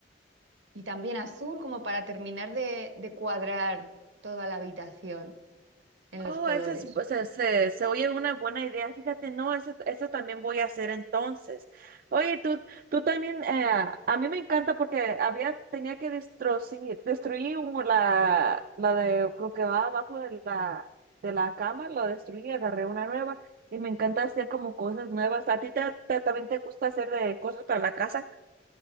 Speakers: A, on the right (about 75°); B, on the right (about 50°).
A: y también azul como para terminar de, de cuadrar toda la habitación en los
B: Oh,
A: colores.
B: esa es, o sea, se, se oye una buena idea. Fíjate, no, eso, eso también voy a hacer entonces. Oye, tú, tú también, eh, a mí me encanta porque había, tenía que destruir, destruir como la, la de lo que va abajo de la, de la cama, lo destruí, agarré una nueva y me encanta hacer como cosas nuevas. ¿A ti te- te- también te gusta hacer de cosas para la casa?